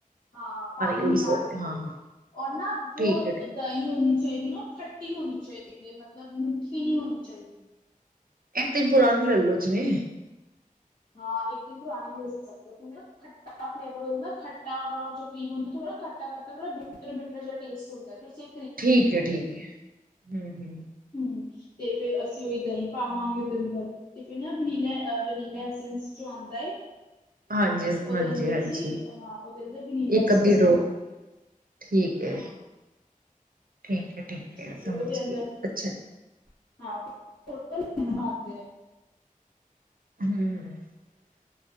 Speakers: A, on the left; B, on the right.
A: ਹਾਂ ਪਾਣੀ
B: ਉਹੀ
A: ਨਿਕਾਲ
B: ਸੋਰੀ
A: ਲਾਗੇ
B: ਹਾਂ
A: ਗੇ
B: ਹਾਂ
A: ਹੈਨਾ- ਜੋ
B: ਠੀਕ ਹੈ ਠੀਕ
A: ਦਹੀ ਹੋੁੰਦੀ ਕਹਿਨੀ ਔ ਉਹ ਖੱਟੀ ਹੋਣੀ ਚਾਹੀਦੀ ਹੈ। ਮਤਲਬ ਮਿੱਠੀ ਨਹੀਂ ਹੋਣੀ ਚਾਹੀਦੀ
B: ਇਕ ਦਿਨ ਪੁਰਾਨੀ ਲੈਲੋ ਜਿਵੇ
A: ਹਾਂ ਇੱਕ ਦਿਨ ਪੁਰਾਣੀ ਨਹੀਂ ਹੋ ਸਕਦੇ ਨਾ ਖੱਟਾ ਫਲੇਵਰ ਹੋ ਜਾਂਦਾ ਨਾ ਖੱਟਾ ਨਾਲ ਜੋ ਖੱਟਾ ਘੱਟ ਥੋੜਾ ਬਿੱਟਰ ਬਿੱਟਰ ਜੇਆ ਟੇਸਟ ਹੁੰਦਾ ਹੈ ਤੁਸੀ
B: ਠੀਕ ਹੈ ।ਠੀਕ ਹੈ। ਹੂ- ਹੂ
A: ਹਮ, ਤੇ ਫੇਰ ਅਸੀ ਉਹੀ ਦਹੀ ਪਾਵਾਂਗੇ ਉਹਦੇ ਅੰਦਰ ਤੇ ਫਿਰ ਨਾ ਵਨੀਲਾ ਐਸਐਸ ਚ' ਆਉਂਦਾ ਹੈ।
B: ਹਾਂਜੀ
A: ਉਹਦੇ
B: ਹਾਂਜੀ
A: ਅੰਦਰ
B: ਹਾਂਜੀ
A: ਅਸੀਂ ਹਾਂ ਉਹਦੇ ਅੰਦਰ ਵਨੀਲਾ
B: ਇੱਕ ਅੱਧੀ
A: ਸੈਂਸ ਪਾਵਾਂਗੇ
B: ਡੋਪ ਠੀਕ ਹੈ
A: ਹਾਂ
B: ਠੀਕ ਹੈ ਠੀਕ
A: ਜੀ
B: ਹੈ,
A: ਫਿਰ
B: ਸਮਝ
A: ਉਹਦੇ ਅੰਦਰ
B: ਗਈ ਅੱਛਾ
A: <unintelligible>
B: ਹੂ-